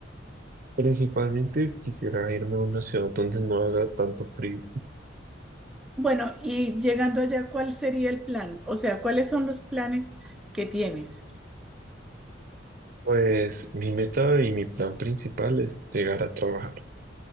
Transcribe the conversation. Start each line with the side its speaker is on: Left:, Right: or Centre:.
Right: principalmente quisiera irme a una ciudad donde no haga tanto frío
Centre: Bueno, y llegando allá, ¿cuál sería el plan? O sea, ¿cuáles son los planes que tienes?
Right: Pues mi meta y mi plan principal es llegar a trabajar.